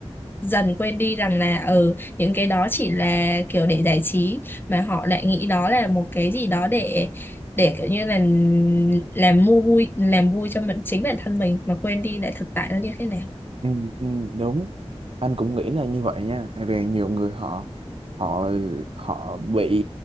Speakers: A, on the left (about 20°); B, on the right (about 55°).
A: dần quên đi rằng là ở ừ, những cái đó chỉ là kiểu để giải trí mà họ lại nghĩ đó là một cái gì đó để để kiểu như là làm mua vui làm vui cho mình chính bản thân mình mà quên đi lại thực tại nó như thế nào
B: Ừ, ừ, đúng anh cũng nghĩ là như vậy nha tại vì nhiều người họ họ họ bị